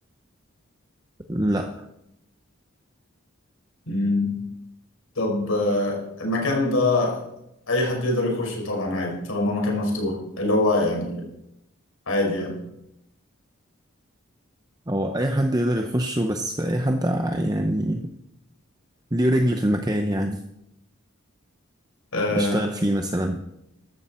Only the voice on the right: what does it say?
لا
هو أي حد يقدر يخشه بس أي حد يعني ليه رجل في المكان يعني
بيشتغل فيه مثلا